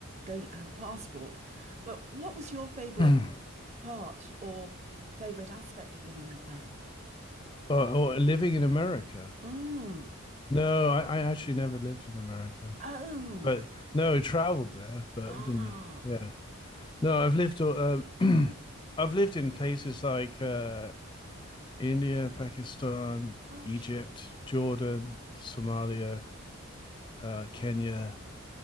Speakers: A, on the right (about 30°); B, on the left (about 20°).
A: don't have a passport. But what was your favorite
B: <clears throat> or,
A: part or favorite aspect of living out there?
B: or living in America.
A: Mm.
B: No, I, I actually never lived in America,
A: Oh,
B: but no, I traveled there, but
A: ah.
B: I didn't. Yeah. No, I've lived. Um, <clears throat> I've lived in places like uh, India, Pakistan,
A: Gosh,
B: Egypt, Jordan, Somalia, uh, Kenya,